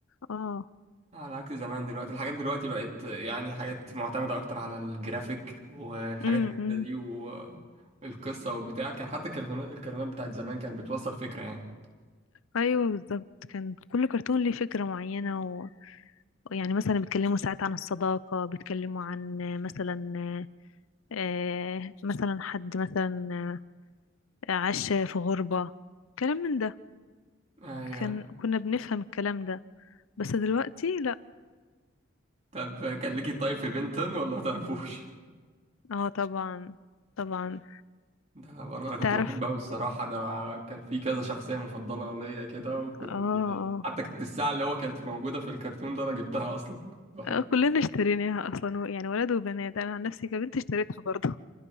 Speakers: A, on the left; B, on the right.
A: اه
B: آه، على عكس زمان دلوقتي الحاجات دلوقتي بقت يعني حاجات معتمدة أكتر على الجرافيك والحاجات
A: امم أمم.
B: دي والقصة والبتاع كان حتى الكرتونات الكرتونات بتاعت زمان كانت بتوصل فكرة يعني
A: ايوه بالظبط كان كل كرتون ليه فكرة معينة و... يعني مثلا بيتكلموا ساعات عن الصداقة بيتكلموا عن مثلا آه، مثلا حد مثلا آه، عاش في غربة كلام من ده
B: أيوة
A: كان كنا بنفهم الكلام ده بس دلوقتي لا
B: طب كان ليكي طيب في بنتن ولا ما تعرفوش؟
A: اه طبعا طبعا
B: ده أنا برضه أنا كنت
A: تعرف
B: بحب أوي
A: اه
B: الصراحة ده أنا كان في كذا شخصية مفضلة ليا كده وكنت
A: اه
B: حتى كنت الساعة اللي هو كانت موجودة في الكرتون ده أنا جبتها أصلا بحب
A: آه، كلنا اشتريناها اصلا و- يعني ولد وبنات انا عن نفسي كبنت اشتريتها برضه